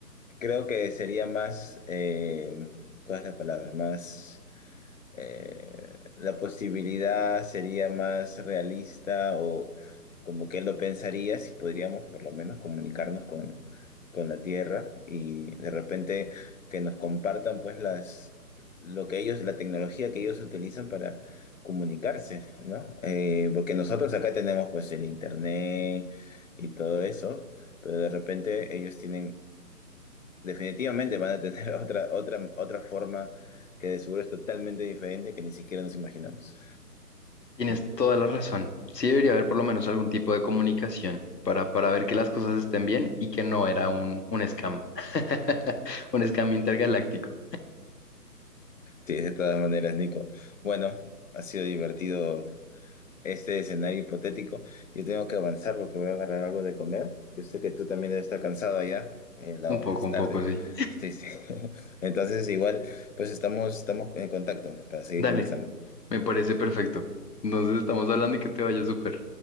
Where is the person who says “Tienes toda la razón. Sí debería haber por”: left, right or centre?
Left